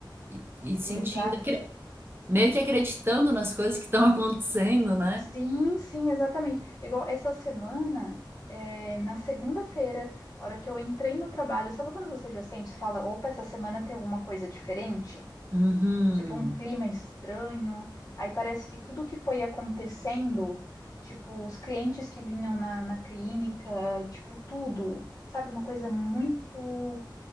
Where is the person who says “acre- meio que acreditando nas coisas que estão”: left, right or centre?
Right